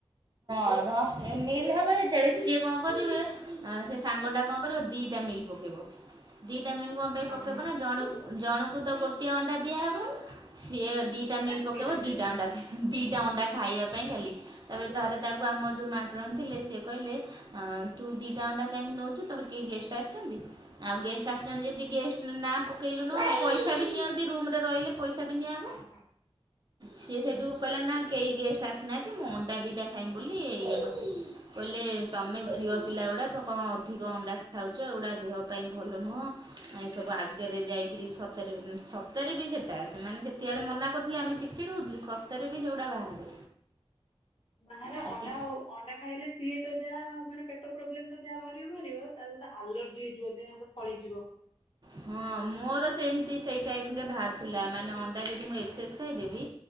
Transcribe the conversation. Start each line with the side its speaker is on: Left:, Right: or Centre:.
Right: <unintelligible> ମିଲ୍ ହେବ ଯେତେବେଳେ ସିଏ କଣ କରିବେ ସେ ସାଙ୍ଗଟା କଣ କରିବ ଦିଇଟା ମିଲ୍ ପକେଇବ। ଦିଇଟା ମିଲ୍ କଣ ପାଇଁ
Left: ହଁ
Right: ପକେଇବ
Left: ହଁ
Right: ନା ଜଣ ଜଣକୁ ତ ଗୋଟିଏ ଅଣ୍ଡା ଦିଆହବ ସିଏ ଦିଇଟା ମିଲ୍
Left: ତାକୁ
Right: ପକେଇବ
Left: ଦିଟା ମିଳିବ
Right: ଦିଇଟା ଅଣ୍ଡା ଖା ଦିଇଟା ଅଣ୍ଡା ଖାଇବା ପାଇଁ ଖାଲି। ତାପରେ ତାପରେ ତାକୁ ଆମର ଯୋଉ ମ୍ୟାଡମ ଥିଲେ ସେଏ କହିଲେ ଆଁ ତୁ ଦିଇଟା ଅଣ୍ଡା କାହିଁକି ନେଉଚୁ ତୋର କେହି ଗେଷ୍ଟ ଆସିଛନ୍ତି। ଆଉ ଗେଷ୍ଟ ଆସିଛନ୍ତି ଯଦି ଗେଷ୍ଟ ନାଁ ପକା ପକେଇଲୁନୁ ପଇସା ବି ନିଅନ୍ତି ରୁମ୍ ରେ ରହିଲେ ପଇସା ବି ନିଆହବ।
Left: ହଁ ହଁ
Right: ସି ସେଇଠୁ
Left: ହୁଁ
Right: କହିଲା ନା କେହି ଗେଷ୍ଟ ଆସିନାହାନ୍ତି ମୁଁ ଅଣ୍ଡା ଦୁଇଟା ଖାଇବି ବୋଲି ଇଏ କରିଥିଲି। କହିଲେ ତମେ ଝିଅ
Left: ହଁ
Right: ପିଲା ଗୁଡ଼ାକ ତ କଣ ଅଧିକ ଅଣ୍ଡା ଖାଉଛ ଏଗୁଡ଼ା ଦେହ ଭଲ ନୁହଁ ଏସବୁ ଆଗରେ ଯାଇକି ସତରେ ସତରେ ବି ସେଟା ସେମାନେ ସେତେବେଳେ ମନା କହୁଥିଲେ ଆମେ ଚିଡଚିଡ ହଉଥିଲୁ। ସତରେ ବି ସେଉଡା ବାହାରେ।
Left: ବାହାର
Right: ଆ
Left: ଅଣ୍ଡା
Right: ଚି
Left: ଆଉ ଅଣ୍ଡା ଖାଇଲେ ସିଏ ତ ଯାହା ମାନେ ପେ ପ୍ରୋବ୍ଲେମ ତ ଯାହା ବାହାରିବ ବାହାରିବ ତା ସହିତ ଆଲର୍ଜି ହେଇଯିବ ଦେହ ହାତ ଫଳିଯିବ।
Right: ହଁ ମୁଁ ମୋର ସେମିତି ସେଇ ଟାଇମରେ ବାହାରୁଥିଲା। ମାନେ ଅଣ୍ଡା ଯଦି ମୁଁ ଏକ୍ସେସ୍ ଖାଇଦେବି